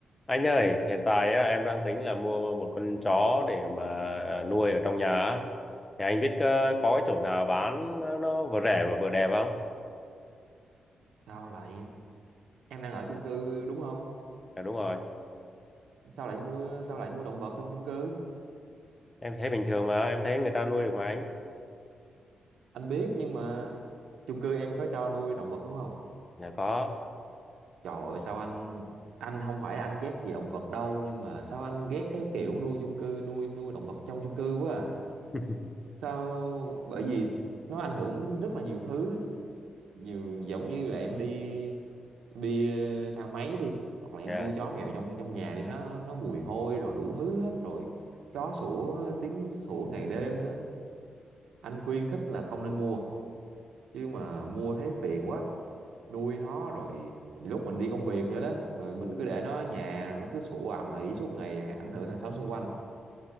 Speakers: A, on the left; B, on the right.
A: Anh ơi, hiện tại á, em đang tính là mua một con chó để mà nuôi ở trong nhà. á. Thì anh biết ờ, có cái chỗ nào bán nó vừa rẻ mà vừa đẹp không?
B: sao lại em đang ở chung cư đúng không
A: Dạ đúng rồi,
B: sao lại mua sao lại nuôi động vật trong chung cư
A: em thấy bình thường mà, em thấy người ta nuôi được mà anh.
B: anh biết nhưng mà chung cư em có cho nuôi động vật đúng không
A: Dạ có.
B: trời ơi sao anh anh không phải anh ghét gì động vật đâu nhưng mà sao anh ghét cái kiểu nuôi chung cư nuôi nuôi động vật trong chung cư quá à
A: <laughs>
B: sao bởi vì nó ảnh hưởng rất là nhiều thứ Nhiều giống như là em đi em đi ờ, thang máy đi hoặc là em
A: Dạ.
B: nuôi chó mèo trong trong nhà đi nó nó mùi hôi rồi đủ thứ hết rồi chó sủa tiếng sủa ngày đêm nữa anh khuyên khích là không nên mua chứ mà mua thấy phiền quá nuôi nó rồi lúc mình đi công việc nữa đó rồi mình
A: Ừ.
B: cứ để nó ở nhà rồi nó cứ sủa ầm ĩ suốt ngày ảnh hưởng hàng xóm xung quanh